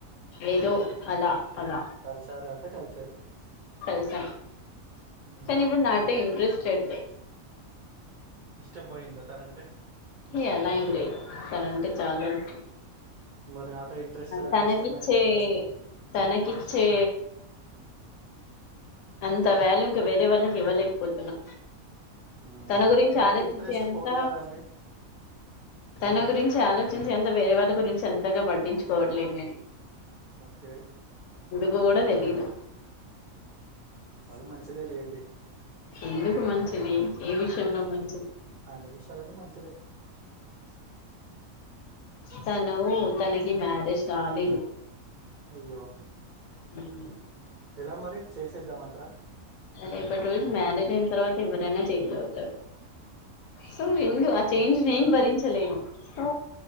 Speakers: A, on the left; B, on the right.
A: ఏదో అలా అలా
B: కలిసార అంటే కలిసారు
A: కలిసాం
B: ఉమ్
A: కానీ ఇప్పుడు నాట్ ఎ ఇంట్రెస్ట్ ఎడితే
B: ఇష్టం పోయింద తనంటే
A: ఏ అలా ఏం లేదు తనంటే చాలా ఇష్టం
B: మరి ఆట ఇంట్రెస్టెడ్ అంటే
A: తనకి
B: ఇష్టం
A: ఇచ్చే
B: పోయినట్టే కదండి
A: తనకి ఇచ్చే అంత వాల్యూ ఇంకా వేరే వాళ్ళకి ఇవ్వలేకపోతున్నా
B: ఉమ్
A: తన గురించి
B: అట్లుంటే
A: ఆలోచించే
B: ఇంట్రెస్ట్
A: అంత
B: పోదు కదండి
A: తన గురించి ఆలోచించే అంత వేరే వాళ్ళ గురించి అంతగా పట్టించుకోవట్లేదు నేను
B: ఓకే
A: గూడ తెలిదు
B: అది మంచిదే లెండి
A: ఎందుకు మంచిది ఏ విషయంలో మం
B: అన్ని విషయాలలో మంచిదే
A: తను తనకి మ్యారేజ్ కాలేదు
B: అయ్యో
A: మ్
B: ఎలా మరి చేసేద్దామంట్ర
A: రేపటి రోజు మ్యారేజ్ అయిన తర్వాత ఎవరైనా చేంజ్ అవుతారు సో ఎందు ఆ చేంజ్ నేను భరించలేను సో